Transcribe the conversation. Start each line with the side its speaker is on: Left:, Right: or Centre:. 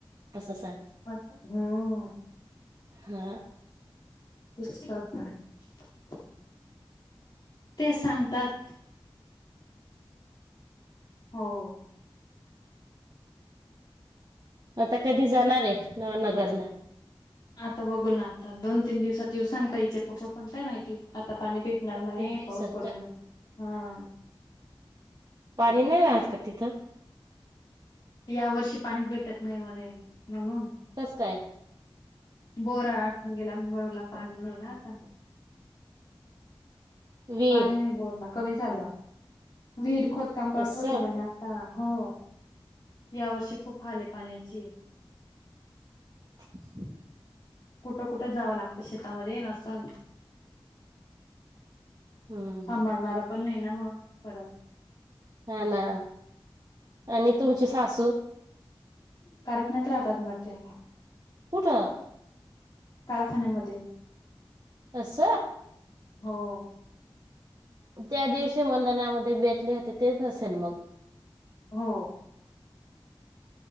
Right: तसं सांग
Left: म हम्म.
Right: हा.
Left: ब <unintelligible> ते सांगतात. हो.
Right: आता कधी जाणारे. नव नगरला?
Left: आता बघू ना. आता दोन तीन दिवसात येऊ सांगतायचे. पोप पण काय माहिती. आता पाणी भेट भेटणार
Right: दोन
Left: म्हणे.
Right: तीन दिवसात
Left: पाऊस पडून <unintelligible> हा.
Right: पाणी नाही राहत का तीथं?
Left: या वर्षी पाणीच भेटत नाही म्हणे. म्हणून.
Right: कसं काय?
Left: बोरा आटून गेला. नळला पाणी नाही ना आता.
Right: <inaudible> वीर
Left: पाणी नायं बोर ला कमी झालं विहीर खोदकाम करत
Right: असं
Left: होते म्हणे आत ताळा हो या वर्षी खूप हाल ये पाण्याची
Right: <inaudible>
Left: कुठं कुठं जावा लागतं शेतामध्ये नसन
Right: हम्म
Left: सांभाळणार पण नाई ना म परत
Right: हा ना आणि तुमची सासू
Left: कारखान्यात राहतात ना त्या
Right: कुठ?
Left: कारखान्यामध्ये
Right: अस
Left: हो.
Right: त्या दिवशी मंधनामध्ये भेटले होते तेच असेल मग
Left: हो.